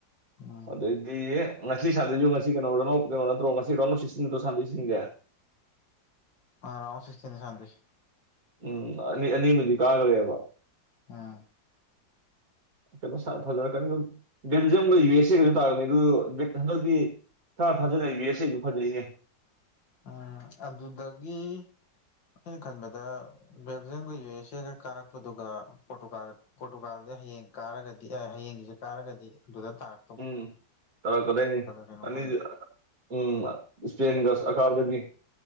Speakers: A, on the left; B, on the right.
A: ꯎꯝ
B: ꯑꯗꯩꯗꯤ ꯉꯁꯤ ꯁꯥꯟꯅꯣꯏꯌꯨ ꯉꯁꯤ ꯀꯩꯅꯣ ꯔꯅꯥꯎ ꯀꯩꯅꯣ ꯅꯠꯇ꯭ꯔꯣ ꯉꯁꯤ ꯔꯥꯎꯟ ꯑꯣꯐ ꯁꯤꯛꯁꯇꯤꯟ ꯅꯠꯇ꯭ꯔꯣ ꯁꯥꯟꯅꯣꯏꯁꯤꯡꯁꯦ <inaudible>
A: ꯑ ꯔꯥꯎꯟ ꯁꯤꯁꯅꯤ ꯁꯟꯦꯁ <inaudible>
B: ꯎꯝ ꯑꯅꯤ ꯑꯅꯤꯃꯗꯤ ꯀꯥꯈ꯭ꯔꯦꯕ
A: ꯑꯥ
B: ꯀꯩꯅꯣ ꯐꯖꯔꯛꯀꯅꯤ ꯑꯗꯨꯝ ꯕꯦꯜꯖꯤꯌꯝꯒ ꯌꯨ ꯑꯦꯁ ꯑꯦꯒꯁꯨ ꯇꯥꯔꯝꯅꯤ ꯑꯗꯨ ꯍꯟꯗꯛꯇꯤ <inaudible> ꯏꯊꯥ ꯊꯥꯖꯅ ꯏꯕꯤꯁ ꯑꯩꯁꯨ ꯐꯖꯩꯉꯦ <inaudible>
A: ꯎꯝ ꯑꯗꯨꯗꯒꯤ ꯑꯩꯅ ꯈꯟꯕꯗ ꯕꯦꯜꯖꯤꯌꯝꯒ ꯌꯨ ꯑꯦꯁ ꯑꯦꯒ ꯀꯥꯔꯛꯄꯗꯨꯒ ꯄꯣꯔꯇꯨꯒꯜ ꯄꯣꯔꯇꯨꯒꯜꯁꯦ ꯍꯌꯦꯡ ꯀꯥꯔꯒꯗꯤ ꯑꯦ ꯍꯌꯦꯡꯒꯤꯁꯦ ꯀꯥꯔꯒꯗꯤ ꯑꯗꯨꯗ ꯇꯥꯅꯤ
B: ꯎꯝ ꯇꯥꯔꯛꯀꯗꯣꯏꯅꯦ
A: ꯀꯩꯅꯣꯒ
B: ꯑꯅꯤꯗꯨꯗ
A: ꯑꯃꯨꯛ
B: ꯎꯝ ꯁ꯭ꯄꯦꯟꯒ ꯑꯀꯥꯕꯗꯒꯤ